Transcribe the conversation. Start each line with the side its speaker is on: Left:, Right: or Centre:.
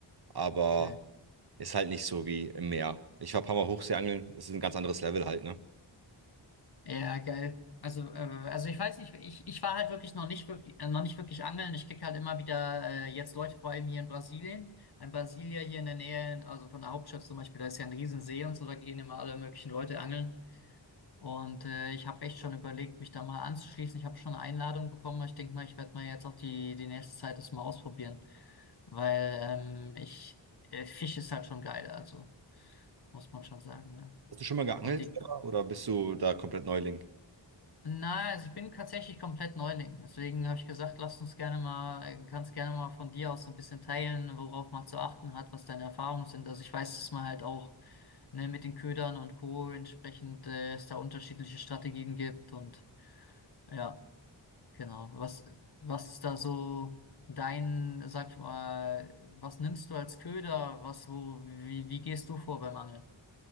Right: aber
Left: geil.
Right: ist halt nicht so wie im Meer. Ich war ein paar Mal Hochseeangeln, das ist ein ganz anderes Level halt, ne?
Left: Ja, geil. Also, äh, also ich weiß nicht, ich, ich war halt wirklich noch nicht wirklich, äh, noch nicht wirklich angeln. Ich krieg halt immer wieder äh, jetzt Leute, vor allem hier in Brasilien, in Brasilia hier in der Nähe, also von der Hauptstadt zum Beispiel, da ist ja ein Riesensee und so, da gehen immer alle möglichen Leute angeln. Und äh, ich habe echt schon überlegt, mich da mal anzuschließen. Ich habe schon eine Einladung bekommen. Ich denke mal, ich werde mal jetzt auch die, die nächste Zeit das mal ausprobieren, weil ähm, ich äh, Fisch ist halt schon geil, also muss man schon sagen. Ne?
Right: Hast du schon mal geangelt
Left: Und die,
Right: selber, oder bist du da komplett Neuling?
Left: na, also ich bin tatsächlich komplett Neuling. Deswegen habe ich gesagt, lass uns gerne mal, äh, kannst gerne mal von dir aus so ein bisschen teilen, worauf man zu achten hat, was deine Erfahrungen sind. Also ich weiß, dass man halt auch ne, mit den Ködern und Co. entsprechend äh, es da unterschiedliche Strategien gibt und ja. Genau. Was, was ist da so dein, sag ich mal, was nimmst du als Köder? Was, wo, wie, wie gehst du vor beim Angeln?